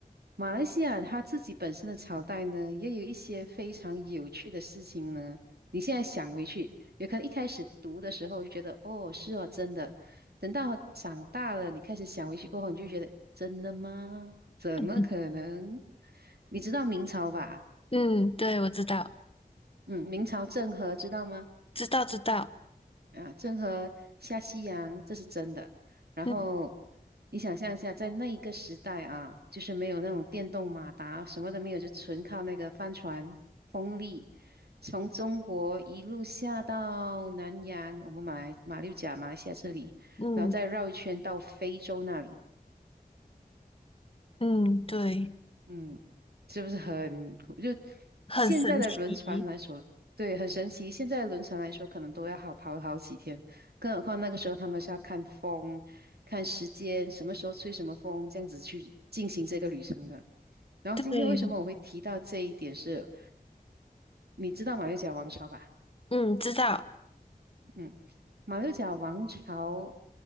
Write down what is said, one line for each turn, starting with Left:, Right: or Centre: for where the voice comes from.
Right: 马来西亚它自己本身的朝代呢，也有一些非常有趣的事情呢。你现在想回去，有可能一开始读的时候就觉得哦是哦真的，等到长大了，你开始想回去过后，你就觉得真的吗？怎么可能？
Left: 嗯，
Right: 你知道明朝吧？
Left: 嗯对，我知道，
Right: 嗯，明朝郑和知道吗？
Left: 知道知道，
Right: 啊，郑和下西洋，这是真的。然后
Left: 嗯
Right: 你想象一下，在那一个时代啊，就是没有那种电动马达，什么都没有，就纯靠那个帆船风力，从中国一路下到南洋，我们马来马六甲、马来西亚这里，
Left: 嗯
Right: 然后再绕一圈到非洲那里。
Left: 嗯，对，
Right: 嗯，是不是很就
Left: 很神奇，
Right: 现在的轮船来说，对，很神奇。现在的轮船来说，可能都要好跑好几天，更何况那个时候他们是要看风、看时间，什么时候吹什么风，这样子去进行这个旅程的。然后今天为什么我会提到这一点是，
Left: 对，
Right: 你知道马六甲王朝吧？
Left: 嗯，知道，
Right: 嗯，马六甲王朝